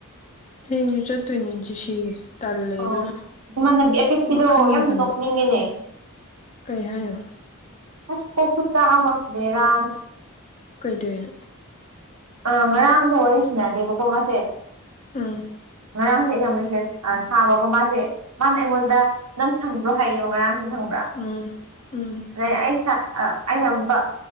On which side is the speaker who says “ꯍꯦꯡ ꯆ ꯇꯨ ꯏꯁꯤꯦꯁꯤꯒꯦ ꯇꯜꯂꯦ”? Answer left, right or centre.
Left